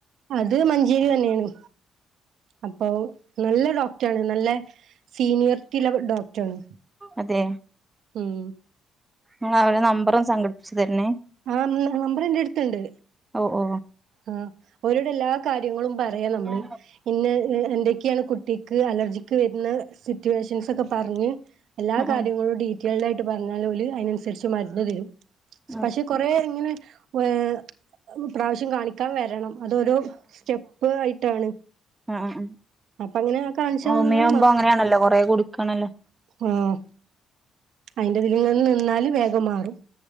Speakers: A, on the right (about 75°); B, on the right (about 15°).
A: അത് മഞ്ചേരി തന്നെയാണ് അപ്പൊ നല്ല ഡോക്ടറാണ് നല്ല സീനിയറിറ്റീള്ള ഡോക്ടർണ്
B: അതെ
A: ഉം
B: നിങ്ങൾ അവടെ നമ്പറൊന്ന് സംഘടിപ്പി ച്ച് തരണേ
A: ആം നമ്പറെന്റെ അടുത്തുണ്ട്
B: ഓ ഓ
A: ആഹ് ഒരോട് എല്ലാ കാര്യങ്ങളും പറയാ നമ്മള്
B: ആ
A: ഇന്നെ എന്തെ ക്ക്യേ കുട്ടിക്ക് അലർജിക്ക് വരുന്ന സിറ്റുവേഷൻസ് ഒക്കെ പറഞ് എല്ലാ കാര്യങ്ങളും
B: ആ
A: ഡീ റ്റെയിൽഡായിട്ട് പറഞ്ഞാല് ഓല് അതിനനുസരിച്ച് മരുന്ന് തരും പക്ഷെ
B: ഓക്കെ
A: കൊറേ ഇങ്ങനെ ഏ പ്രാവശ്യം കാണിക്കാൻ വരണം അതൊരോ സ്റ്റെപ്പ് ആയിട്ടാണ്
B: ആഹ് ആഹ്
A: അപ്പൊ അങ്ങനെ കാണിച്ചാ
B: ഹോമിയാവുമ്പോ
A: വന്നാ
B: അങ്ങനെയാണല്ലോ കൊറേ കുടിക്കണല്ലോ
A: ഉം അയിന്റെ ഇതിൽ ങ്ങനെ നിന്നാല് വേഗം മാറും